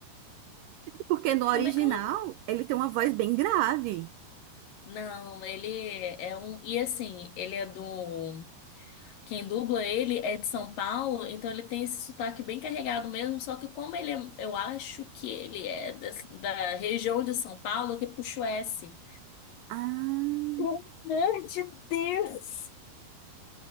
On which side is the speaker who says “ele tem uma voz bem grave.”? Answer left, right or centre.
Right